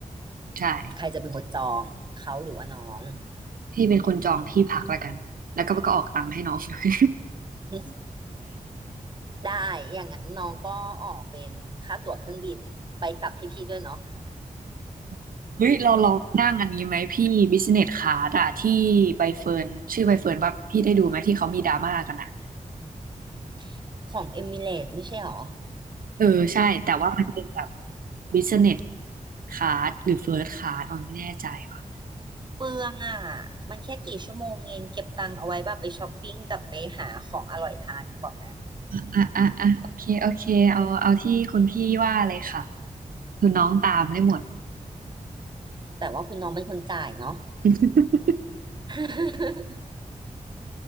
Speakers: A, on the right (about 85°); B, on the right (about 30°).
A: ใช่
B: ใครจะเป็นคนจองเขาหรือว่าน้อง
A: พี่เป็นคนจองที่พักแล้วกันแล้วก็ก็ออกตังค์ให้น้องด้วย
B: <laughs> ได้อย่างนั้นน้องก็ออกเป็นค่าตั๋วเครื่องบินไปกลับให้พี่ด้วยเนาะ
A: <laughs> เฮ้ย <laughs> เราลองนั่งอันนี้ไหมพี่บิสเนสคลาสอะที่ใบเฟิร์นชื่อใบเฟิร์นว่าพี่ได้ดูไหมที่เขามีดราม่ากันอะ
B: <laughs> ของเอมิเรตไม่ใช่หรอ
A: เออใช่แต่ว่ามันเป็นแบบบิสเนสคลาสหรือเฟิร์ c คลาสออนไม่แน่ใจว่ะ
B: เปลืองอ่ะมันแค่กี่ชั่วโมงเองเก็บตังค์เอาไว้แบบไปช้อปปิ้งกับไปหาของอร่อยทานดีกว่าไหม
A: อ่ะอ่ะอ่ะโอเคโอเคเอาเอาที่คุณพี่ว่าเลยค่ะคือน้องตามได้หมด
B: แต่ว่าคุณน้องเป็นคนจ่ายเนาะ
A: <laughs>
B: <laughs>